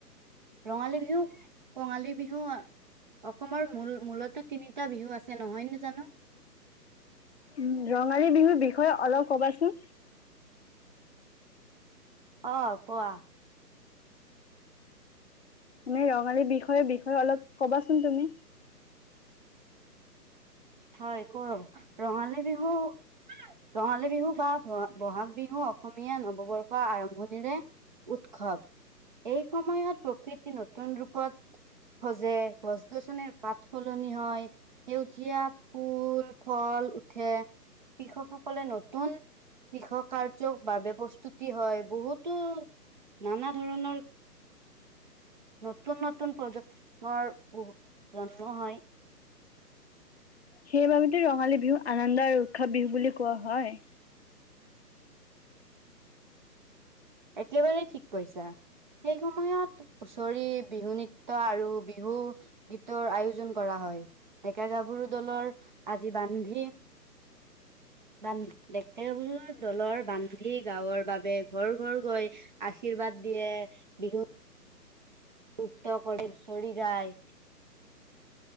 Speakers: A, on the right; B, on the left.
A: ৰঙালী বিহু, কঙালী বিহু অসমৰ মূল মূলত তিনিটা বিহু আছে নহয় নে জানো।
B: উম, ৰঙালী বিহুৰ বিষয়ে অলপ কবাচোন।
A: অহ, কোৱা।
B: মানে ৰঙালী বিষয়ে- বিষয়ে অলপ কবাচোন তুমি।
A: হয় কম ৰঙালী বিহু- ৰঙালী বিহু বা বহাগ বিহু অসমীয়া নৱবৰ্ষৰ আৰম্ভণিৰে উৎসৱ এই সময়ত প্ৰকৃতি নতুন ৰূপত খজে গছ গছনিৰ পাত সলনি হয় সেউ জীয়া ফুল ফল উঠে কৃষকসকলে নতুন কৃষ কাৰ্যৰ বাবে প্ৰস্তুতি হয় বহুতো নানা ধৰণৰ <inaudible> নতুন- নতুন প্ৰজন্মৰ বহু জন্ম হয়।
B: সেইবাবেটো ৰঙালী বিহু আনন্দ আৰু উৎসৱ বিহু বুলি কোৱা হয়।
A: একেবাৰে ঠিক কৈছা সেই সময়ত হুচৰি বিহু নৃত্য আৰু বিহু গীতৰ আয়োজন কৰা হয় ডেকা গাভৰু দলৰ আজি বান্ধি বান্ধ ডেকা গাভৰু দলৰ বান্ধি গাঁৱৰ বাবে ঘৰ- ঘৰ গৈ আশীৰ্বাদ দিয়ে বিহু নিত্য কৰে হুচৰি গায়।